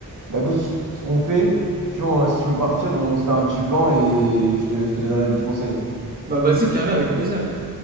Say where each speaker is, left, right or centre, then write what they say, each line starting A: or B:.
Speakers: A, on the right; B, on the right.
A: Bah écoute, ce qu'on fait, si, on- si tu veux partir, on se fait un petit plan et je te, je te donnerai des petits conseils.
B: Bah vas-y, carré, avec plaisir.